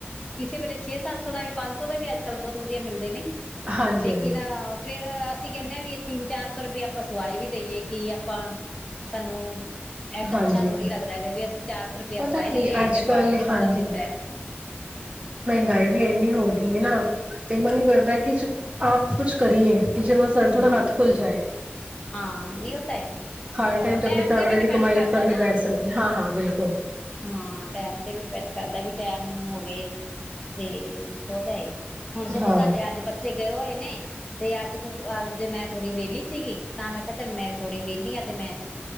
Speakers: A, on the left (about 20°); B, on the right (about 30°).
A: ਕਿਸੇ ਵੇਲੇ ਛੇ ਸੱਤ ਸੌ ਦਾ ਵੀ ਪੰਜ ਸੌ ਦਾ ਵੀ ਅਜ ਕੱਲ੍ਹ ਬਹੁਤ ਵਧੀਆ ਮਿਲਦੇ ਨੇ।
B: ਹਾਂਜੀ
A: ਲੇਕਿਨ
B: ਹਾਂਜੀ
A: ਫੇਰ ਅਸੀਂ ਕਹਿਣੇ ਹਾਂ ਵੀ ਤਿੰਨ ਚਾਰ ਸੌ ਰੁਪਇਆ ਆਪਾਂ ਸਵਾਈ ਵੀ ਦੇਈਏ ਕਿ ਆਪਾਂ ਸਾਨੂੰ ਇਹ
B: ਹਾਂਜੀ
A: ਅੱਛਾ ਥੋੜ੍ਹੀ ਲਗਦਾ ਐ ਵੀ ਅਸੀਂ ਚਾਰ ਸੌ ਰੁਪਇਆ
B: ਪਤਾ
A: ਸਵਾਈ
B: ਕੀ
A: ਦੇਈਏ
B: ਅੱਜ
A: ਤੇ
B: ਕੱਲ
A: ਪੰਜ ਛੇ
B: ਹਾਂਜੀ
A: ਸੌ ਦਾ ਸੂਟ ਐ।
B: ਗਏ ਵੀ ਇੰਨੀ ਹੋ ਗਈ ਨਾ ਤੇ ਮਨ ਕਰਦਾ ਕਿ ਆਪ ਕੁਛ ਕਰੀਏ। ਕੀ ਚਲੋ ਸਾਡਾ
A: ਹੂੰ
B: ਥੋੜਾ ਹੱਥ ਖੁੱਲ ਜਾਏ
A: ਹਾਂ ਨਹੀਂ ਉਹ ਤਾਂ ਹੈ ਵੀ
B: ਹਰ ਟਾਈਮ ਤੇ
A: ਟੈਮ
B: ਆਪਣੇ ਘਰ
A: ਵੀ ਡਿਪੈਂਡ
B: ਵਾਲੇ
A: ਕਰਦਾ
B: ਪਰ
A: ਨਾ
B: ਨੀ ਬੈਠ ਸਕਦੇ ਹਾਂ ਹਾਂ। ਬਿਲਕੁ
A: ਹਾਂ, ਟੈਮ ਤੇ ਵੀ ਡਿਪੈਂਡ ਕਰਦਾ ਵੀ। ਟੈਮ ਹੋਵੇ। ਤੇ ਸੋ ਤੇ ਹੈ ਹੀ। ਹੁਣ ਸਗੋਂ
B: ਹਾਂ
A: ਸਾਜੇ ਅੱਜ ਬੱਚੇ ਗਏ ਹੋਏ ਨੇ। ਤੇ ਅੱਜ-ਅੱਜ ਮੈਂ ਥੋੜ੍ਹੀ ਵਿਹਲੀ ਸੀਗੀ, ਤਾਂ ਮੈਂ ਕਿਹਾ ਚੱਲ ਮੈਂ ਥੋੜੀ ਵਿਹਲੀ ਆਂ ਤੇ ਮੈਂ